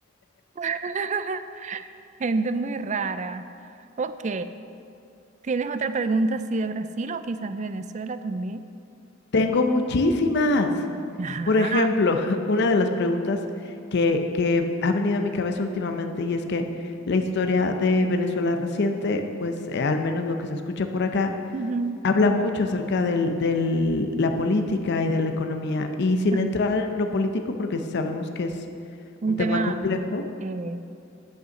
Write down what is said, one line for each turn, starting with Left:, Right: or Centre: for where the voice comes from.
Right: <laughs> Gente muy rara. Ok. ¿Tienes otra pregunta así de Brasil o quizás de Venezuela también?
Left: Tengo muchísimas.
Right: Ajá.
Left: Por ejemplo, <laughs> una de las preguntas que, que ha venido a mi cabeza últimamente y es que la historia de Venezuela reciente, pues eh, al menos lo que se escucha por acá,
Right: Ujú.
Left: habla mucho acerca del- de la política y de la economía. Y sin
Right: Ajá.
Left: entrar en lo político, porque sabemos que es
Right: Un
Left: un
Right: tema.
Left: tema complejo,
Right: eh,